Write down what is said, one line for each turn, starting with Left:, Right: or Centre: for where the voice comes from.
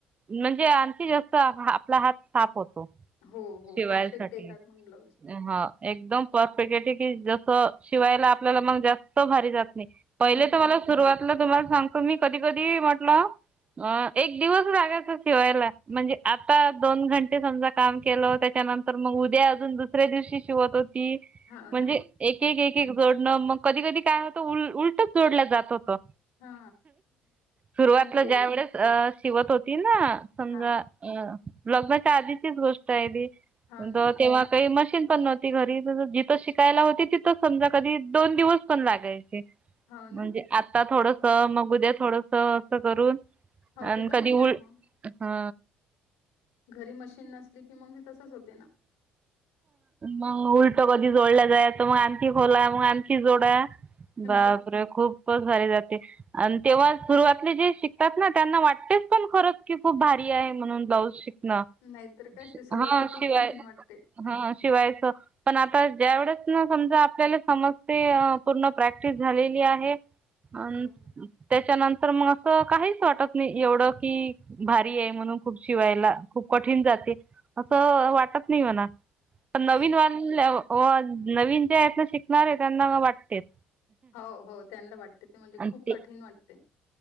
Right: म्हणजे आणखी जास्त आपला हात साफ होतो
Left: हो हो
Right: शिवायसाठी
Left: परफेक्ट येतात मग ब्लाऊज
Right: हा एकदम परफेक्ट आहे ठ की जस शिवायला आपल्याला मग जास्त भारी जात
Left: हम्म
Right: पहिले तर
Left: हम्म
Right: मला सुरुवातला तुम्हाला सांगतो मी कधी कधी म्हटलं अ एक दिवस रागायचा शिवायला म्हणजे आता दोन घंटे समजा काम केलं त्या उद्याजून दुऱ्या दिवशी शवत हो
Left: हो
Right: म्हणज
Left: ना
Right: एक ज न मग कधी कधी काय होतं उल उलटच जोडलं जात होतं
Left: हा
Right: सुरुवातला
Left: अ ते
Right: ज्या वेळेस शिवत होती ना समजा
Left: हा
Right: अ लग्नाच्या आधीचीच गोष्ट आहे
Left: हो ना
Right: त तेव्हा काही मस् पण नव्हती घरी जिथं शिकायला होती तिथ समजा कधी दोन दिवस पण लागायचे
Left: हो ना
Right: म्हणजे आता थोडस मग उद्या थोडस असं करून
Left: हो
Right: आणि
Left: ते तसंच
Right: कधी उ
Left: आहे मग
Right: हा
Left: घरी मशीन नसली की मग ते तसच होते ना
Right: मग उलट कधी जोडल्या जाय तर मग आणखी खोला मग आणखी जोडा बापरे
Left: ते
Right: खूपच भारी जाते आणि तेव्हा सुरुवातले जे शिकतात ना त्यांना वाटतेच पण खरच की खूप भारी आहे म्हणून ब्लाऊज शिक हा
Left: नाहीतर कायच ते सुरुवातला खूप
Right: शिवाय
Left: कठीण वाटते.
Right: हा शिवायच पण तर ज्यावढच ना समजा आपल्याला समजते पूर्ण प्रॅक्टिस झालेली आहे अ
Left: हम्म हम्म
Right: त्याच्यानंतर तर मग असं काहीच वाटत नाही एवढं की भारी आहे म्हणून खूप शिवायला खूप कठीण जात असं वाटत नाही म्हणा पण नवीन
Left: नाही.
Right: वानल्या नवीन ज्या आहेत ना शिकणारे त्यांना वाटतेच
Left: हो हो त्यांना वाटते ते म्हणजे
Right: आणि
Left: खूप कठीण
Right: ते
Left: वाटते